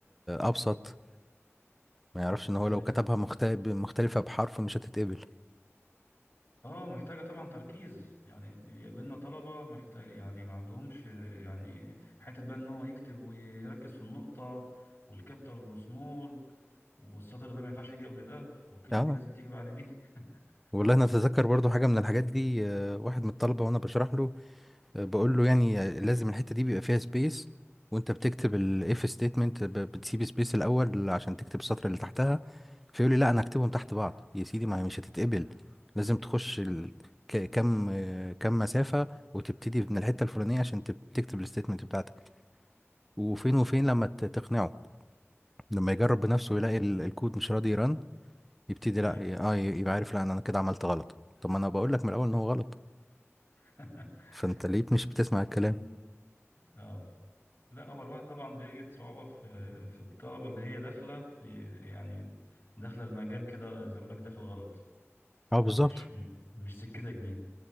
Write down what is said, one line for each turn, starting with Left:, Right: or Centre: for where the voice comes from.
Centre: ابسط ما يعرفش ان هو
Left: آه،
Centre: لو كتبها مخت- مختلفة بحرف مش هتتقبل
Left: اه محتاجة طبعا تركيز يعني بيقابلنا طلبة محتاج يعني ما عندهمش يعني حتة بقى ان هو يكتب ويركز في النقطة والكابيتال والسمول والسطر ده ما ينفعش يجي قبل ده والكلمة
Centre: اه
Left: دي لازم تيجي بعد دي <laughs>
Centre: والله انا اتذكر برضو حاجة من الحاجات دي آه، واحد من الطلبة وانا بشرح له آه، بقول له يعني آه، لازم الحتة دي بيبقى فيها سبيس وانت بتكتب الاف ستيتمنت بتسيب سبيس الاول عشان تكتب السطر اللي تحتها فيقول لي لا انا هكتبهم تحت بعض يا سيدي ما هي مش هتتقبل لازم تخش ال... ك- كم آه، كم مسافة وتبتدي من الحتة الفلانية عشان تب- تكتب الستيتمنت بتاعتك وفين وفين لما ت- تقنعه لما يجرب بنفسه يلاقي ال- الكود مش راضي يرن يبتدي لا
Left: ايوه
Centre: ي- اه ي- يبقى عارف لا انا أنا كده عملت غلط طب ما انا بقول لك من الاول ان هو غلط
Left: <laughs>
Centre: فانت ليه مش بتسمع الكلام
Left: أمم، اه لا هو الواحد طبعا بيجد صعوبة في في الطلبة اللي هي داخلة يعني داخلة المجال كده زي ما بقول لك داخل غلط
Centre: اه بالظبط
Left: او مش مش سكتك دي